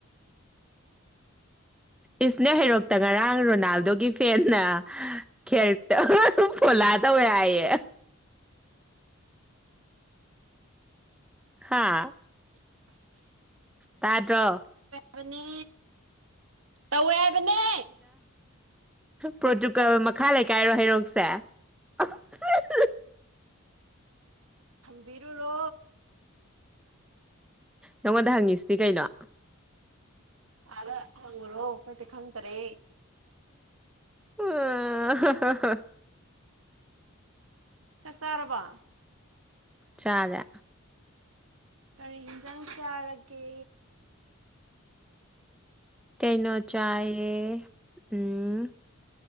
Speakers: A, in the centre; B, on the right.
A: ꯏꯁ ꯅꯣꯏ ꯍꯩꯔꯣꯛꯇ ꯉꯔꯥꯡ ꯔꯣꯅꯥꯜꯗꯣꯒꯤ ꯐꯦꯟꯅ ꯈꯦꯔꯛꯇ ꯐꯣꯂꯥ ꯇꯧꯑꯦ ꯍꯥꯏꯌꯦ ꯍꯥꯥ
B: <inaudible>
A: ꯇꯥꯗ꯭ꯔꯣ
B: ꯕꯅꯦ ꯇꯧꯋꯦ ꯍꯥꯏꯕꯅꯦ
A: ꯄ꯭ꯔꯣꯇꯨꯒꯜ ꯃꯈꯥ ꯂꯩꯀꯥꯏꯔꯣ ꯍꯩꯔꯣꯛꯁꯦ ꯑꯍ ꯍ
B: ꯍꯪꯕꯤꯔꯨꯔꯣ
A: ꯅꯉꯣꯟꯗ ꯍꯪꯉꯤꯁꯤꯗꯤ ꯀꯩꯅꯣ
B: ꯑꯥꯗ ꯍꯪꯉꯨꯔꯣ ꯈꯣꯏꯇꯤ ꯈꯪꯇꯔꯦ
A: ꯑꯥ ꯍꯥ ꯍꯥ
B: ꯆꯥꯛ ꯆꯥꯔꯕꯣ
A: ꯆꯥꯔꯦ
B: ꯀꯔꯤ ꯏꯟꯖꯥꯡ ꯆꯥꯔꯒꯦ
A: ꯀꯩꯅꯣ ꯆꯥꯌꯦ ꯎꯝ